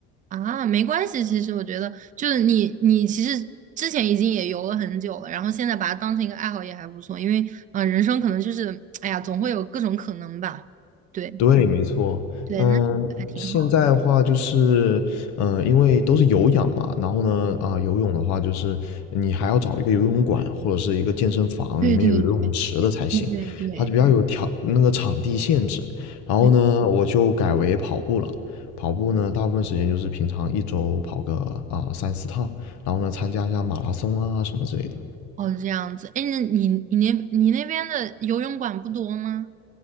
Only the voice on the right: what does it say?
啊，没关系。其实我觉得，就是你，你其实之前已经也游了很久了，然后现在把它当成一个爱好也还不错。因为，嗯、人生可能就是，哎呀，总会有各种可能吧。对
对，
那还挺好的。
对对
对对对
对，
哦，这样子。哎，那你你那你那边的游泳馆不多吗？